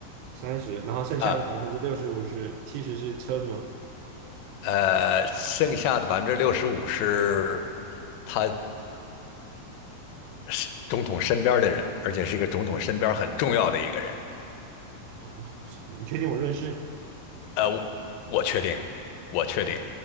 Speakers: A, on the right; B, on the left.
A: 三十，然后剩下的百分之六十五是七十是车的吗？
B: 啊，呃，剩下的百分之六十五是他是总统身边的人，而且是一个总统身边很重要的一个人，
A: 总统是你确定我认识？
B: 呃，我确定，我确定，